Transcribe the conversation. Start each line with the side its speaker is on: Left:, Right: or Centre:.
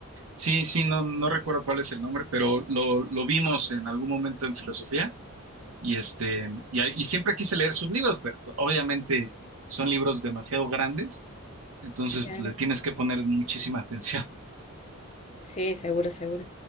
Right: Sí, sí, no, no recuerdo cuál es el nombre, pero lo, lo vimos en algún momento en filosofía y este, y, a- y siempre quise leer sus libros, pero obviamente son libros demasiado grandes, entonces
Left: Claro.
Right: pues, le tienes que poner muchísima atención. <laughs>
Left: Sí, seguro, seguro.